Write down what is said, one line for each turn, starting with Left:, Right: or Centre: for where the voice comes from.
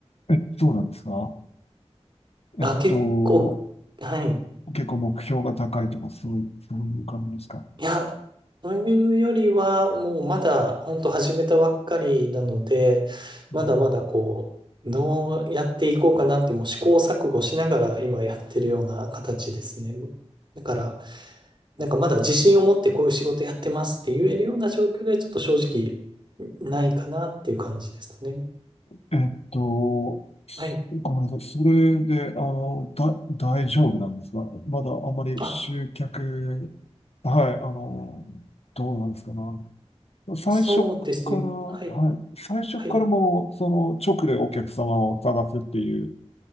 Left: え、そうなんですかえっと、
Right: あ、結構、はい。
Left: 結構目標が高いとか、そういう、そういう感じですか
Right: いや、というよりは、もうまだ、本当始めたばっかりなので、まだまだこう、
Left: うん
Right: どうやっていこうかなって、もう試行錯誤しながら今やってるような形ですね。だから、なんかまだ自信を持ってこういう仕事やってますって言えるような状況でちょっと正直ないかなっていう感じですかね。
Left: えっと、すごめんなさい。
Right: はい。
Left: それで、あの、だ、大丈夫なんですかまだあんまり集客、
Right: あ、
Left: はい、あの、どうなんですかね。最初から、
Right: そうですね。
Left: はい、
Right: はい。
Left: 最初からもう、
Right: はい。
Left: その、直でお客様を探すっていう